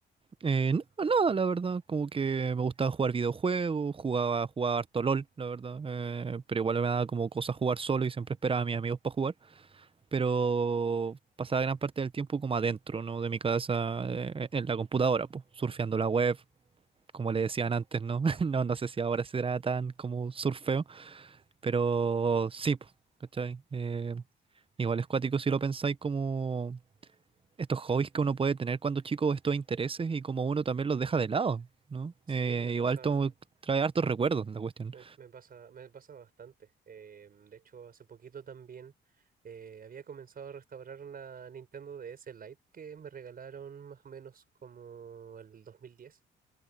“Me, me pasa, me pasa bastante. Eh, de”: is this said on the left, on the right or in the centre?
Right